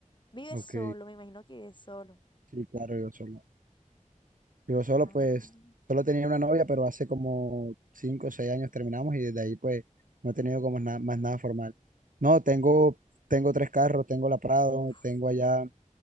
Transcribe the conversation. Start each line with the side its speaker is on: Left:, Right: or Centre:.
Left: Vives
Right: ok,
Left: solo, me imagino que vives solo.
Right: sí, claro, yo solo. Yo solo,
Left: Ah,
Right: pues, solo tenía una novia, pero hace como cinco o seis años terminamos y desde ahí, pues, no he tenido como na- más nada formal. No, tengo, tengo tres carros, tengo la Prado,
Left: uf.
Right: tengo allá